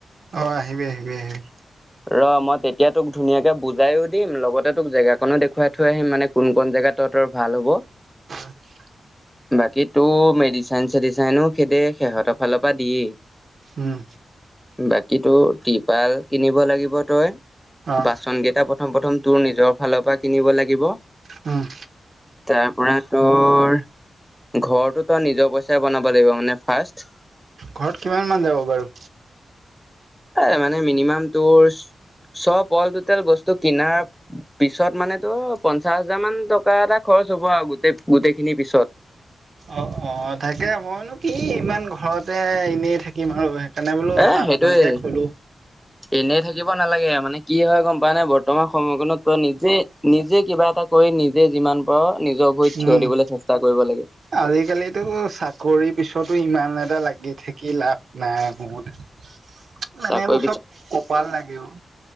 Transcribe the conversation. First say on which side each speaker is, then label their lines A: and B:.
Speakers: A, on the right; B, in the centre.
A: অ' আহিবি আহিবি আহিবি।
B: ৰ মই তেতিয়া তোক ধুনীয়াকে বুজাইও দিম, লগতে তোক জেগাকনো দেখুৱাই থৈ আহিম। মানে কোন কন জেগাত তহঁতৰ ভাল হ'ব।
A: অ
B: বাকী তো মেডিচাইন চেডিচাইনো সেয়ে সিহঁতৰ ফালৰ পৰা দিয়েই।
A: উম্।
B: বাকীতো ত্ৰিপাল কিনিব লাগিব তই,
A: অ',
B: বাচন কেইটা প প্ৰথম প্ৰথম তোৰ নিজৰ ফালৰ পৰা কিনিব লাগিব।
A: অ'।
B: তাৰ পৰা তোৰ ঘৰটো তই নিজৰ পইচাই বনাব লাগিব মানে ফাৰ্ষ্ট।
A: ঘৰত কিমানমান যাব বাৰু?
B: এ মানে মিনিমাম তোৰ। চব অল টোটেল বস্তু কিনাৰ পিছত মানে তোৰ পঞ্চাশ হাজাৰ মান টকা এটা খৰচ খৰচ হ'ব আৰু গোটেই, গোটেই খিনি পিছত।
A: অ' অ', তাকে মইনো কি ইমান ঘৰতে এনেই থাকিম আৰু সেইকাৰণে বোলো,
B: এ
A: ফাৰ্ম
B: সেইটোয়ে
A: এখনকে খোলো।
B: এনেই থাকিব নালাগে, মানে কি হয় গম পাৱনে, বৰ্তমান সময়কনত তই নিজে নিজে কিবা এটা কৰি, নিজে যিমান পাৰ নিজৰ ভৰিত থিয়
A: উম্,
B: দিবলৈ চেষ্টা কৰিব লাগে
A: আজিকালিতো চাকৰি পিছতো ইমান ইমান এটা লাগি থাকি লাভ নাই মোৰ মতে। মানে
B: চাকৰি
A: এইবোৰ চব কপাল লাগে অ'।